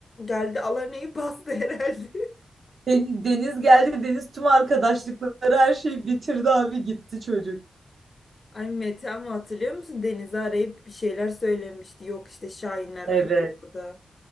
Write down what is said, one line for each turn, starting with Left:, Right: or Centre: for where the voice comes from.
Left: geldi Alarne'yi bastı herhalde. <laughs>
Right: Deniz, Deniz geldi. Deniz tüm arkadaşlıkları her şeyi bitirdi abi gitti çocuk.
Left: Ay Mete ama hatırlıyor musun? Deniz'i arayıp bir şeyler söylemişti. Yok işte Şahinler
Right: Evet.
Left: kalıyor burada.